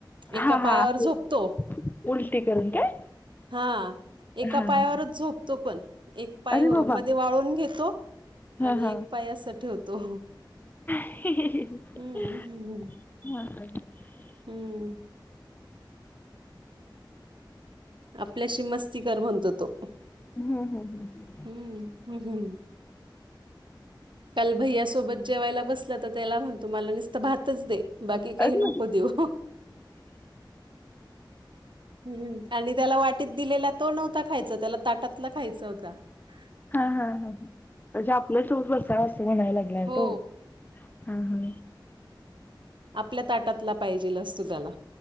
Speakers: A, on the left; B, on the right.
A: हां,
B: एका पायावर
A: हां. असं
B: झोपतो.
A: उलटी करून काय?
B: हा एका
A: हां,
B: पायावरच
A: हां.
B: झोपतो पण. एक पाय
A: अरे
B: हो,
A: बाबा!
B: मध्ये वाळून घेतो.
A: हां,
B: आणि
A: हां.
B: एक पाय अस ठेवतो.
A: ह
B: हम्म
A: <unintelligible>
B: हम्म. आपल्याशी मस्ती कर म्हणतो तो.
A: हम् हम ह.
B: हम्म हम्म हम् काल भैया सोबत जेवायला बसलं तर त्याला म्हणतो मला नुसत भातच दे. बाकी काही
A: अगं!
B: नको देऊ. ह आणि त्याला वाटीत दिलेला तो नव्हता खायचा त्याला ताटातला खायचा होता. ह.
A: हा हा हा म्हणजे आपल्या सोबत बसा असं म्हणायला लागलाय
B: हो
A: तो. हा हा.
B: आपल्या ताटातला पाहिजेल असतो त्याला.